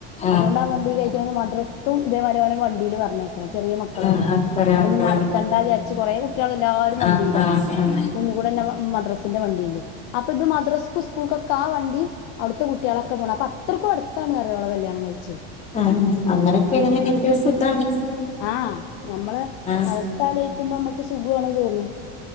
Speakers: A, on the left; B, on the left.
A: ആഹ്
B: അതോണ്ട് ആ വണ്ടി കയറ്റാണ്ട് മദ്രസക്കും ഇതേമാതിരി വണ്ടിയില് പറഞ്ഞേക്കണ ചെറിയ മക്കളല്ലേ
A: ആഹ് ആഹ് ചെറിയ
B: അപ്പൊനി
A: മക്കളാണ്
B: നടത്തണ്ട വിചാരിച്ച് കൊറെ കുട്ട്യേള് എല്ലാരും വണ്ടീലാണ്
A: ആഹ് ആഹ് ആഹ്
B: മുന്ന്കൂടെന്നെ മദ്രസ്സിന്റെ വണ്ടിണ്ട് അപ്പൊ ഇത് മദ്രസ്ക്കു സ്കൂൾക്കൊക്കെ ആ വണ്ടിയും അവട്ത്തെ കുട്ട്യേളൊക്കെ പോണെ അത്രക്കും അടുത്താണറിയ ഓളെ കല്യാണം കഴിച്ചെ
A: ആഹ അങ്ങനൊക്കൊണെ സുഖാണ്
B: ആഹ് ഞമ്മള്
A: ആഹ്
B: അവസ്ഥ ആലോയ്ക്കുമ്പോമ്മക്ക് സുഖവാണ് തോന്നു